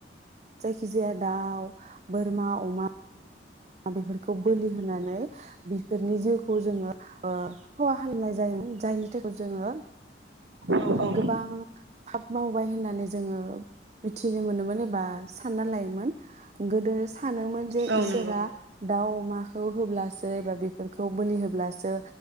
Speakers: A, on the right; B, on the right.
A: जायखि जाया दाउ बोरमा अमा बेफोरखौ बोलि होनानै बेफोरनि जिउखौ जोङो ओ खहा खालामनाय जायोमोन जायनि थाखाय जोङो
B: औ औ
A: गोबां था मावबाय होननानै जोङो मिथिनो मोनोमोन एबा सानना लायोमोन। गोदोनो सानोमोन जे
B: नंगौ औ
A: इसोरा
B: नंगौ
A: दाउ अमाखौ होब्लासो एबा बेफोरखौ बोलि होब्लासो